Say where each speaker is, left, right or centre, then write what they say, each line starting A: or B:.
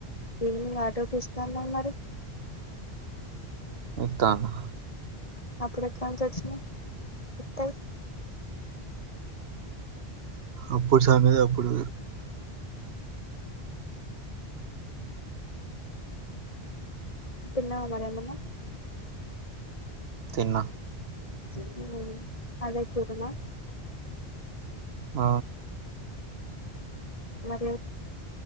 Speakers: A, on the left; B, on the right.
A: దని ఆటోకిస్తా మరి
B: ఇతానా
A: అప్పుడు ఎక్కడ నుంచి వచ్చినవు ఇత్తయ్
B: అప్పుడు సన్నది అప్పుడు
A: తిన్నావా మరి ఏమన్నా
B: తిన్నా
A: తిన్నా అదే కూర నా
B: ఆ
A: మరి